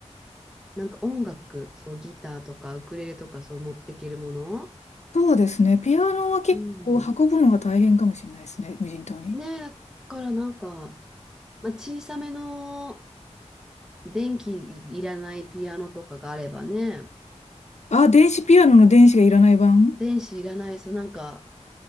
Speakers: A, in the centre; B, on the left.
A: なんか音楽、そうギターとかウクレレとかそう持ってけるもの、
B: そうですね。ピアノは結構運ぶのが大変かもしれないですね。
A: うん、
B: 無人島に。
A: ねえ、だからなんか、まあ、小さめの電気いらないピアノとかがあればね、
B: あ、電子ピアノの電子がいらない版
A: 電子いらない、そうなんか、